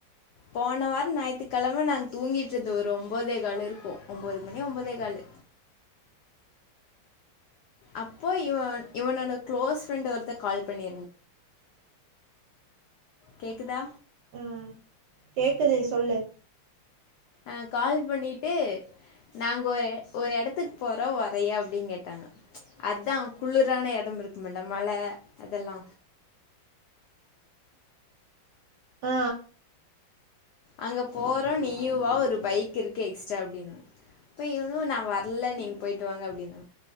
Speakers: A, on the left; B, on the right.
A: போன வார ஞாயித்துக்கெழம நாங்க தூங்கிட்ருந்தோ ஒரு ஒம்போதே கால் இருக்கு ஒம்போது மணி ஒம்போதே காலு அப்போ இவ இவனோட குளோஸ் ஃப்ரெண்ட் ஒருத்த கால் பண்ணிருந் கேக்குதா
B: ம் கேக்குது சொல்லு
A: ஆ கால் பண்ணிட்டு நாங்க ஒரு ஒரு எடத்துக்கு போறோ வரியா அப்டின்னு கேட்டாங்க அதா குளிரான எடம் இருக்கும் இல்ல மல அதெல்லா
B: ஆ
A: அங்க போறோ நீயு வா ஒரு பைக் இருக்கு எக்ஸ்ட்ரா அப்டின்னு இப்ப இவனு நா வரல நீங்க போயிட்டு வாங்க அப்டின்னா